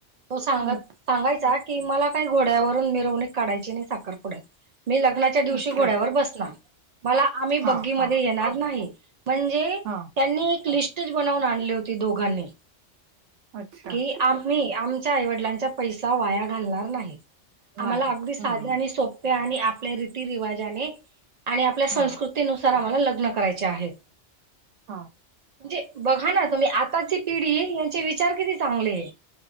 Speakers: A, on the right; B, on the right.
A: तो सांगत
B: हं.
A: सांगायचा की मला काही घोड्यावरून मिरवणूक काढायची नाही साखर पुुड्यात. मी लग्नाच्या दिवशी
B: अच्छा.
A: घोड्यावर बसणार मला आम्ही
B: हां,
A: बग्गी मध्ये
B: हां,
A: येणार नाही. म्हणजे
B: हां.
A: त्यांनी एक लिस्टच बनवून आणली होती दोघांनी
B: अच्छा.
A: की आम्ही आमच्या आईवडिलांचा पैसा वाया घालणार नाही.
B: नाही.
A: आम्हाला अगदी साध्या
B: हं,
A: आणि सोप्या आणि आपल्या रीती रिवाजाने आणि आपल्या संस्कृती
B: हं.
A: ती नुसार आम्हाला लग्न करायचे आहे.
B: हा.
A: म्हणजे बघा ना तुम्ही आताची पिढी यांचे विचार किती चांगले.